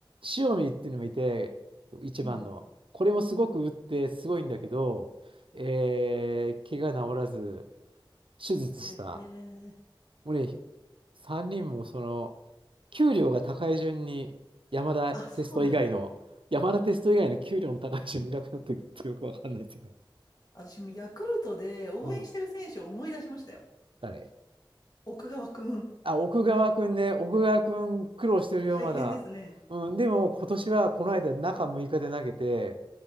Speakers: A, on the right; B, on the left.
A: 塩見っていうのもいて、一番の。
B: うん。
A: これもすごく打って、すごいんだけど、えー、怪我治らず、手術した。
B: ええ
A: もうね、3人もその、給料が高い順に山田テスト以外の、
B: あ、そうなんだ。
A: 山田テスト以外の給料の高い順にいなくなっていくるてよくわかんないですうか
B: 私もヤクルトで応援してる選手を思い出しましたよ。
A: うん。誰
B: 奥川くん。
A: あ、奥川くんね。奥川くん苦労してるよ、
B: 大変ですね。
A: まだ。うん。でも今年はこの間中6日で投げて、